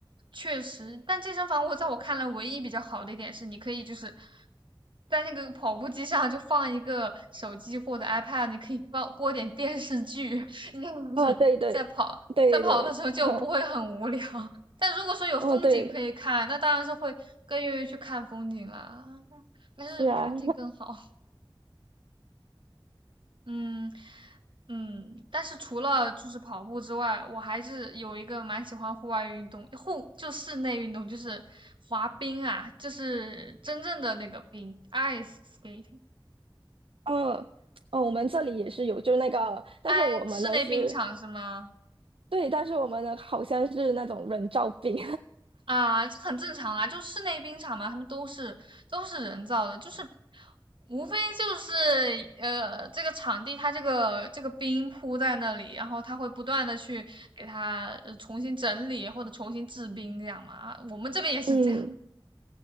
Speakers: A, on the right; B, on the right.
A: 确实，但健身房我在我看来唯一比较好的一点是，你可以就是在那个跑步机上就放一个手机或者 iPad，你可以放播点电视剧，<laughs> 你这不是在跑在跑的时候就不会很无聊。
B: 哦，对对对对，<laughs>
A: <laughs> 但如果说有风景可以看，
B: 哦对，
A: 那当然是会更愿意去看风景啦。<laughs> 但是风景更好。
B: 是啊，
A: 嗯嗯，但是除了就是跑步之外，我还是有一个蛮喜欢户外运动，户就室内运动就是滑冰啊，就是真正的那个冰，ice skating，
B: <laughs> 嗯哦，我们这里也是有，就那个，但是我们呢是，
A: 哎，室内冰场是吗？
B: 对，但是我们呢好像是那种人造冰，
A: 啊，这很正常啦，就室内冰场嘛，他们都是都是人造的，就是无非就是呃，这个场地它这个这个冰铺在那里，然后它会不断的去给它呃重新整理或者重新制冰这样嘛。啊我们这边也是这样，
B: <laughs> 嗯，